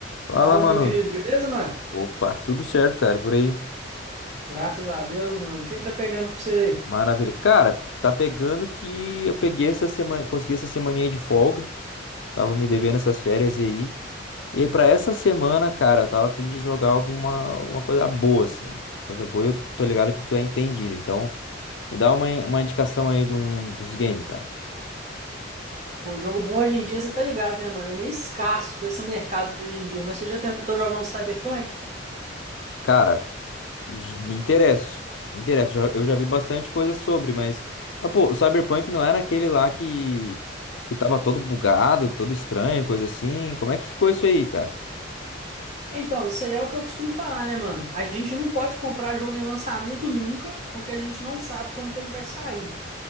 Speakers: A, on the left; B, on the right.
A: Fala,
B: Fala,
A: mano.
B: meu querido, beleza, mano?
A: Opa, tudo certo, cara, e por aí.
B: Graças a Deus, mano. O que que tá pegando pra você? aí?
A: Maravilha. Cara, tá pegando que eu peguei essa semana, consegui essa semaninha de folga. Tava me devendo essas férias aí. E aí, pra essa semana, cara, eu tava a fim de jogar alguma alguma coisa boa, assim. Coisa boa, eu tô ligado que tu é entendido. Então, me dá uma, uma indicação aí de um- dos games, cara.
B: Pô, jogo bom hoje em dia, você tá ligado, né, mano? É meio escasso com esse mercado de hoje em dia, mas você já tentou jogar um Cyberpunk?
A: Cara, J- Me interesso. Me interesso. Já- Eu já vi bastante coisa sobre, mas, mas pô, o Cyberpunk não era aquele lá que que tava todo bugado, todo estranho, coisa assim. Como é que ficou isso aí, cara?
B: Então, isso aí é o que eu costumo falar, né, mano? A gente não pode comprar jogo em lançamento nunca, porque a gente não sabe como que ele vai sair.